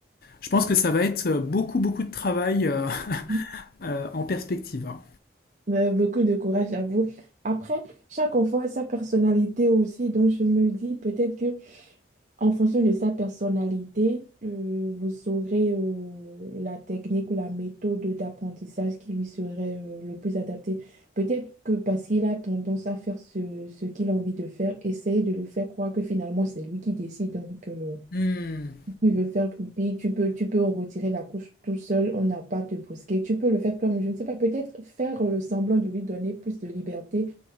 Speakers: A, on the left (about 50°); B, on the right (about 40°).
A: je pense que ça va être beaucoup, beaucoup de travail euh,
B: mhm.
A: euh, en perspective. Hein.
B: Euh, beaucoup de courage à vous. Après, chaque enfant a sa personnalité aussi, donc je me dis peut-être que en fonction de sa personnalité, euh, vous saurez euh, la technique ou la méthode d'apprentissage qui lui serait euh, le plus adaptée. Peut-être que parce qu'il a tendance à faire ce, ce qu'il a envie de faire, essayez de lui faire croire que finalement c'est lui qui décide. Donc, euh,
A: Mmh.
B: tu veux faire pipi, tu peux, tu peux en retirer la couche tout seul, on n'a pas à te brusquer. Tu peux le faire toi-même, je ne sais pas, peut-être faire euh, semblant de lui donner plus de liberté